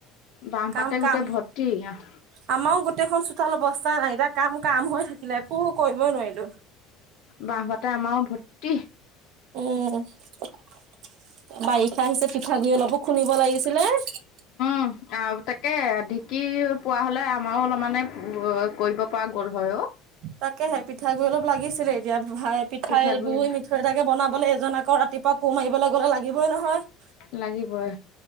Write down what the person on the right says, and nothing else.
কাম
কাম
আমাৰো গোটেইখন চোতাল অৱস্থাই নাই, এতিয়া কাম কাম হৈ থাকিলে একো কৰিবই নোৱাৰিলোঁ।
উম, বাৰিষা আহিছে পিঠাগুৰি অলপো খুন্দিব লাগিছিলে। উ <inaudible>
তাকেহে পিঠাগ গুৰি অলপ লাগিছিলে এতিয়া বাই পিঠাই
বোই মিঠ চ' তাকে বনাবলৈ এজন আকৌ ৰাতিপুৱা কৌ মাৰিবলৈ গ'লে লাগিবই নহয়।